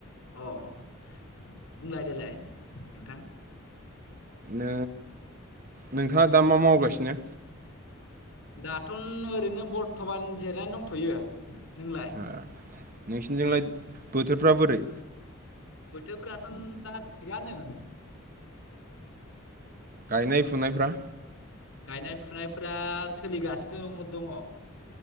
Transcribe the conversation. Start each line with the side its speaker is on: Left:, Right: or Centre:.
Left: अह बुंलाय देलाय नोंथां
Right: ओ नोंथाङा दा मा मावगासिनो।
Left: दाथ' ओरैनो बरथ'मान जिरनानै दंथ'यो नोंलाय।
Right: ओ, नोंसिनिजोंलाय बोथोरफ्रा बोरै
Left: बोथोरफोराथ'दा थिगानो
Right: गायनाय फुनायफ्रा
Left: गायनाय फुनायफोरा सोलिगासिनो दङ।